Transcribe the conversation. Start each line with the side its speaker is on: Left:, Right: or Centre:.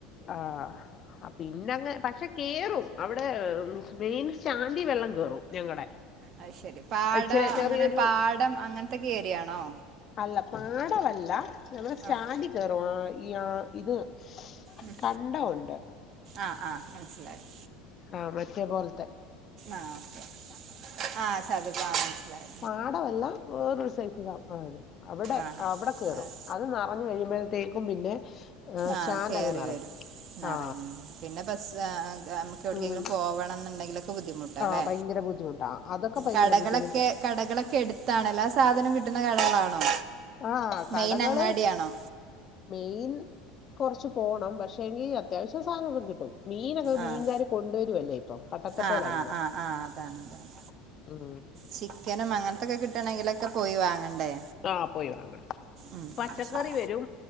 Left: ആഹ് പിന്നെ ങ് പക്ഷെ കേറും അവടെ മെയിൻ സ്റ്റാൻഡിൽ വെള്ളം കേറും ഞങ്ങടെ
Right: അഹ് ശരി പാട
Left: ഇച്ചിരി ചെറിയൊരു
Right: അങ്ങനെ പാടം അങ്ങൻത്തക്കെ ഏരിയാണോ?
Left: അല്ല പാടമല്ല നമ്മൾ സ്റ്റാൻഡിൽ
Right: ആഹ്
Left: കേറും ആഹ് ഈ ആഹ് ഇത്
Right: ഉം
Left: കണ്ടവുണ്ട്
Right: ആഹ് ആഹ് മൻസ്സിലായി
Left: ആഹ് മറ്റേ പോൽത്തെ
Right: ആഹ് ഓക്കെ ആഹ് ചതുക്ക മൻസ്സിലായി.
Left: പാടമല്ലാ വേറൊരു സൈസ ആഹ് അവടെ
Right: ആഹ് ഓക്കെ
Left: അവടെ
Right: ഓക്കെ
Left: കേറും.
Right: ആഹ്
Left: അത് ന്നറഞ്ഞു ഒഴികുമ്പോഴത്തേക്കും പിന്നെ
Right: ആഹ്
Left: സ്റ്റാൻഡ്
Right: കേറി
Left: അങ്ങ് നിറയും
Right: വരും നെറയും
Left: ആ
Right: പിന്നെ ബസ്സാഹാ മ എട്ക്കെങ്കിലും
Left: ഉം
Right: പോവണം ന്ന്ണ്ടെങ്കിലൊക്കെ ബുദ്ധിമുട്ടാ
Left: ആ
Right: ല്ലേ
Left: ഭയങ്കര ബുദ്ധിമുട്ടാ അതൊക്കെ ഭയങ്കര
Right: കടകളൊക്കെ
Left: ബുദ്ധിമുട്ടാ
Right: കടകളൊക്കെ എട് തണലാ സാധനം കിട്ടുന്ന കടകളാണോ?
Left: ആഹ് കടകള്
Right: മെയിൻ അങ്ങാടിയാണോ
Left: മെയിൻ കൊർച്ച് പോണം പക്ഷെങ്കി അത്യാവശ്യ സാനൊക്കെ കിട്ടും. മീനൊക്കെ മീൻകാര്
Right: ആഹ്
Left: കൊണ്ടുവരുല്ലേ ഇപ്പം പണ്ടത്തെ
Right: ആഹ്
Left: പോലല്ലോ.
Right: ആഹ് ആഹ് അതാണ് അതാണ്
Left: ഉം
Right: ചിക്കനും അങ്ങൻത്തൊക്കെ കിട്ടണെങ്കിലൊക്കെ പോയി വാങ്ങണ്ടേ?
Left: അഹ് പോയി വാങ്ങണം
Right: ഉം
Left: പച്ചക്കറി
Right: അത് ശരി
Left: വരും